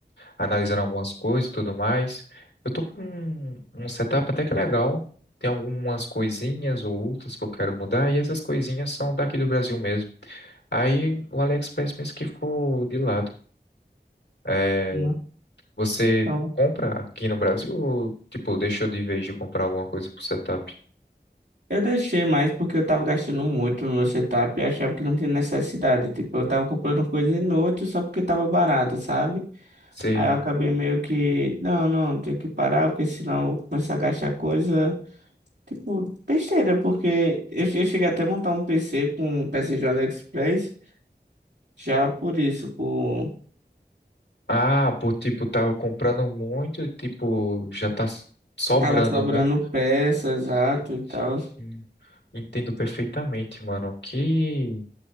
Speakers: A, on the left; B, on the right.
A: analisando algumas coisas e tudo mais. Eu tô com um um setup até que legal. Tem algumas coisinhas ou outras que eu quero mudar, e essas coisinhas são daqui do Brasil mesmo. Aí o AliExpress mesmo que ficou de lado. É,
B: Não.
A: você
B: Eu
A: compra aqui no Brasil ou, tipo, deixou de vez de comprar alguma coisa pro setup?
B: eu deixei mais porque eu tava gastando muito no meu setup e achava que não tinha necessidade. Tipo, eu tava comprando coisa inútil só porque tava barata sabe?
A: Você...
B: Aí eu acabei meio que, não, não, tenho que parar porque senão eu vou começar a gastar coisa, tipo, besteira. Porque eu, eu cheguei até a montar um PC com peças de AliExpress já por isso, por.
A: Ah, por, tipo, tava comprando muito, e, tipo, já tá sobrando,
B: Tava sobrando
A: né?
B: peças, exato
A: Sim,
B: e tal.
A: sim, sim. Entendo perfeitamente, mano. Que